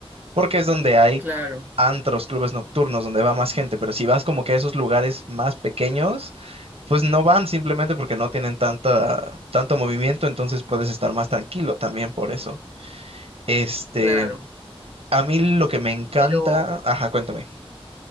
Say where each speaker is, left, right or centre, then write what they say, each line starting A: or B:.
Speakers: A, on the right; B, on the right.
A: Porque es donde hay
B: claro,
A: antros, clubes nocturnos, donde va más gente, pero si vas como que a esos lugares más pequeños, pues no van simplemente porque no tienen tanta, tanto movimiento, entonces puedes estar más tranquilo también por eso. Este,
B: claro.
A: a mí lo que me encanta,
B: Pero
A: ajá, cuéntame.